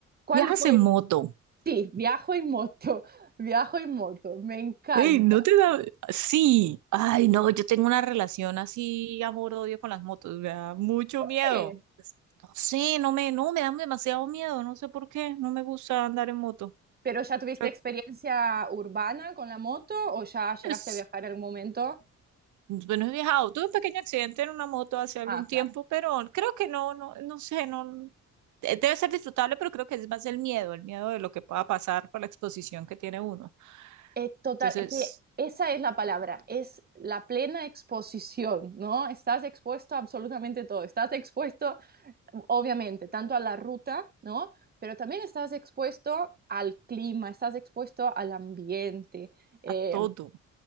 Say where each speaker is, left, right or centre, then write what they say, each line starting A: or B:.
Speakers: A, on the right; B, on the right.
A: ¿Cuál
B: Viajas
A: fue?
B: en moto.
A: Sí, viajo en moto, <laughs> viajo en moto, me encanta.
B: Ey, no te da... Sí, ay, no, yo tengo una relación así, amor-odio con las motos, me da mucho miedo.
A: ¿Qué?
B: Es- No sé, no me, no, me dan demasiado miedo, no sé por qué, no me gusta andar en moto.
A: ¿Pero ya tuviste
B: O sea,
A: experiencia urbana con la moto o ya llegaste
B: pues,
A: a viajar en algún momento?
B: bueno, he viajado, tuve un pequeño accidente en una moto hace algún
A: Ah,
B: tiempo,
A: claro.
B: pero creo que no, no, no sé, no... de- Debe ser disfrutable, pero creo que es más el miedo, el miedo de lo que pueda pasar por la exposición que tiene uno.
A: Es total,
B: Entonces,
A: es que esa es la palabra, es la plena exposición, ¿no? Estás expuesto a absolutamente todo, estás expuesto obviamente, tanto a la ruta, ¿no? Pero también estás expuesto al clima, estás expuesto al ambiente, eh,
B: a todo,